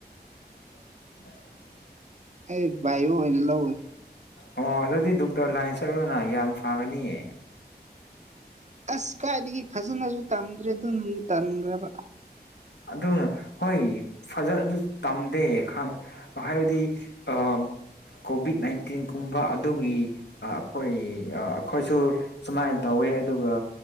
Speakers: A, on the left; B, on the right.
A: <unintelligible>
B: ꯑꯦ ꯕꯥꯏ ꯑ ꯑꯣꯏꯅ ꯂꯧꯋꯦ
A: ꯑꯣ ꯑꯗꯨꯗꯤ ꯗꯣꯛꯇꯔ ꯂꯥꯏꯟ ꯆꯠꯂꯨꯗꯅ ꯌꯥꯝ ꯐꯒꯅꯤꯌꯦ
B: ꯑꯁ ꯀꯥꯏꯏꯗꯒꯤ ꯐꯖꯅꯁꯨ ꯇꯝꯗ꯭ꯔꯦ ꯑꯗꯨꯅ ꯇꯟꯈ꯭ꯔꯕ
A: ꯑꯗꯨꯅ ꯍꯣꯏ ꯐꯖꯅꯁꯨ ꯇꯝꯗꯦ ꯈꯪ ꯍꯥꯏꯕꯗꯤ ꯑ ꯀꯣꯚꯤꯠ ꯅꯥꯏꯟꯇꯤꯟꯒꯨꯝꯕ ꯑꯗꯨꯒꯤ ꯑ ꯑꯩꯈꯣꯏ ꯑ ꯑꯩꯈꯣꯏꯁꯨ ꯁꯨꯃꯥꯏꯅ ꯇꯧꯋꯦ ꯑꯗꯨꯒ